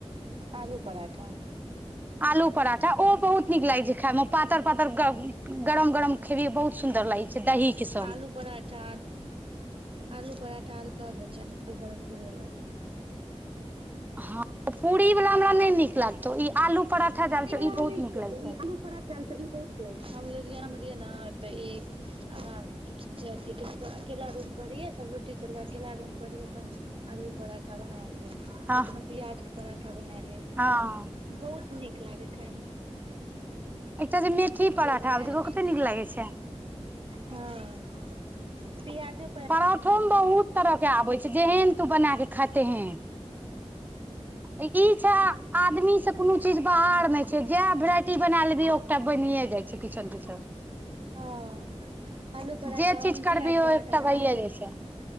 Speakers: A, on the right (about 55°); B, on the right (about 15°).
A: आलू पराठा।
B: आलू पराठा ओ बहुत नीक लागै छै खायमे पातर- पातर ग गरम -गरम। खेलियै बहुत सुन्दर लागै छै दही। के संग
A: आलू पराठ। ठा आलू पराठा अलग होइ छै आलू भरल पूरी अलग होइ छै।
B: हँ पूरी वाला हमरा नै नीक लागतौ ई आलू पराठा
A: पूरी
B: जानै
A: वला
B: छौ ई
A: हमरा
B: बहुत
A: नै
B: नीक
A: लागतौ
B: लगै छै।
A: ई आलू पराठा ई बहुत गरम हम लुधियाना मे रहियै न तऽ ई। हमरा अथी कहै छै अकेला रूम पर रहियै सब रोटी चलि जा अकेला रूमपर रहियै तऽ हम। आलू पराठा बना लियै
B: हँ
A: कखनो प्याजके पराठा बना लियै।
B: हँ।
A: बहुत नीक लागै खायमे।
B: एकटा जे मेथी पराठा
A: बना
B: होय छै
A: लियै
B: ओ कते नीक लागै छै।
A: हँ पिआजो।
B: पराठो मे बहुत तरह। के आबै छै जेहन तू बना के खा तेहेन ई छह। आदमी से कोनो चीज बाहर नै। जेह भेराइटी बना लेबिही ओटा बनिए जाइ छै किछो न किछो।
A: हँ आलू पराठा
B: जे चीज करबिही
A: प्याज पराठा।
B: ओ एकटा
A: बनाबही
B: भइए जाइ छै